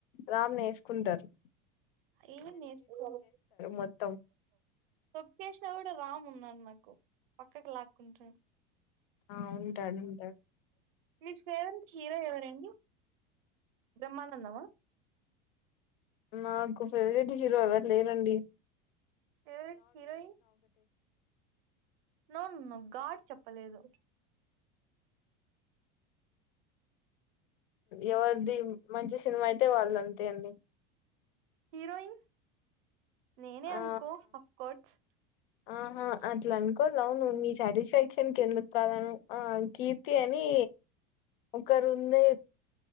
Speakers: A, on the left; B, on the right.
A: రామ్ నేసుకుంటారు
B: ఏమి ఏసుకోరు
A: మొత్తం
B: తోకేసిన కూడా రామ్ ఉన్నాడు నాకు పక్కకులాకుంట
A: ఆ ఉంటాడు ఉంటాడు
B: మీ ఫేవరెంట్ హీరో ఎవరండి బ్రహ్మానందం ఆ
A: మాకు ఫేవరెట్ హీరో ఎవరు లేదు రండి
B: ఫవరెట్ హీరోయిన్ నో నో గార్డ్ చెప్పలేదు
A: ఎవరిది మంచి సినిమా అయితే వాళ్ళ అంతే అండి
B: హీరోయిన్ నేనే
A: ఆ
B: అనుకో ఆఫ్ కోర్ట్స్
A: ఆహా అట్లా అనుకోవాలవును నీ సాటిస్ఫెక్షన్ కి ఎందుకు కాదను ఆ కీర్తి అనీ ఒకరుండే